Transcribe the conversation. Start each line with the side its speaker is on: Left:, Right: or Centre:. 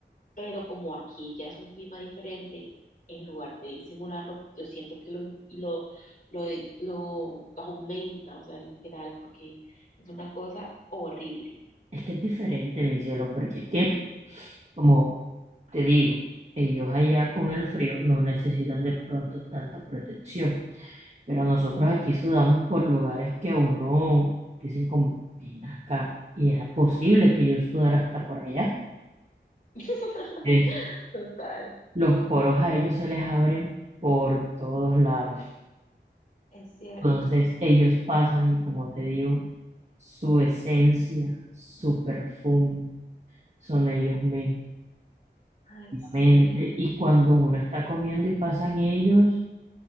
Left: pero como aquí ya es un clima diferente, en lugar de disimularlo, yo siento que lo, lo, lo, lo aumenta, o sea, literal, porque es una cosa horrible.
Right: Es que es diferente, mi cielo, porque es que, como te digo, ellos allá con el frío no necesitan de pronto tanta protección. Pero nosotros aquí sudamos por lugares que a uno dicen como, ven acá, y era posible que yo sudara hasta por allá.
Left: <laughs>
Right: es
Left: Total,
Right: Los poros a ellos se les abren por todos lados.
Left: es cierto.
Right: Entonces ellos pasan y como te digo, su esencia, su perfume, son ellos mismos,
Left: Ay,
Right: la
Left: sí.
Right: Y cuando uno está comiendo y pasan ellos,